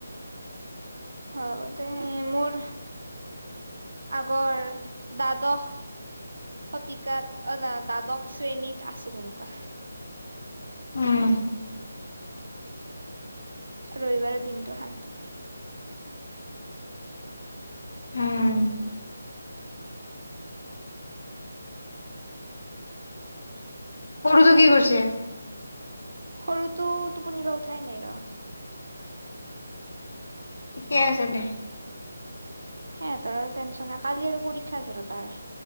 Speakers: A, on the right; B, on the left.
A: হয়তে মোৰ আগৰ দ্বাদশ শতিকাত, অ দ্বাদশ শ্ৰেণীত আছিল এনেকুৱা।
B: উম
A: ৰবিবাৰৰ দিনটো শান্তি নাই।
B: উম সৰুটো কি কৰিছে?
A: সৰুটো টোপনিৰ পৰা উঠাই নাই ৰহ
B: ঠিকে আছে দে।
A: সেহতৰ টেনচন নাই, কালি আৰু পৰীক্ষা আছিল তাৰ